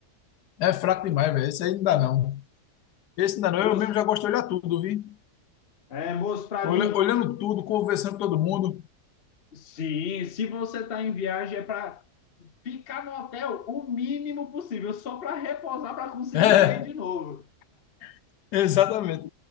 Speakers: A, on the left; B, on the left.
A: É fraco demais, velho. Isso aí não dá, não. Esse ainda não, eu
B: Moço,
A: mesmo já gosto de olhar tudo, vi?
B: é, moço, para
A: Olha-
B: mim,
A: Olhando tudo, conversando com todo mundo.
B: sim, se você tá em viagem é para ficar no hotel o mínimo possível, só para repousar, para conseguir
A: É,
B: sair de novo.
A: <laughs> exatamente.